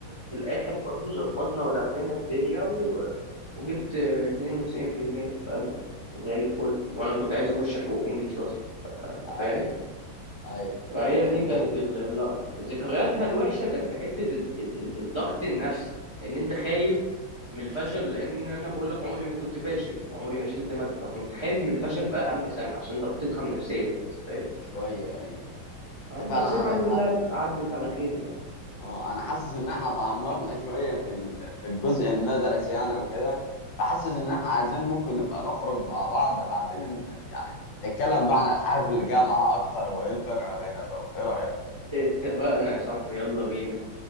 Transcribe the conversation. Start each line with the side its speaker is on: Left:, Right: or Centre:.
Right: في الاخر برضو ظبطنا ولمينا الدنيا و... وجبت 92% في المية في ادب زي الفل وانا كنت عايز اخش حقوق انجليش اصلا انت
Left: ايوه
Right: فاهم
Left: ايوه
Right: فهي
Left: يبدأك
Right: دي كانت ال- اللقطه ذكرياتها الوحشه كانت في حته ال- ال- ال- الضغط النفسي ان انت خايف من الفشل لان انا بقول لك عمري ما كنت فاشل عمري ما شلت ماده فكنت خايف من الفشل في اهم سنه عشان ضغطتها النفسيه بس فاهم
Left: شويه ايوه انت
Right: اه
Left: فعلا
Right: بس
Left: عندك
Right: الحمد
Left: حق
Right: لله عدت على خير يعني
Left: اه انا حاسس ان احنا تعمقنا شويه في ال- في الجزء المدرسي يعني وكده فحاسس ان احنا عايزين ممكن نبقى نخرج مع بعض بعدين يعني نتكلم بقى عن الحياه في الجامعه اكتر وايه الفرق ما بيناتهم ايه رايك
Right: اتفقنا يا صاحبي يلا بينا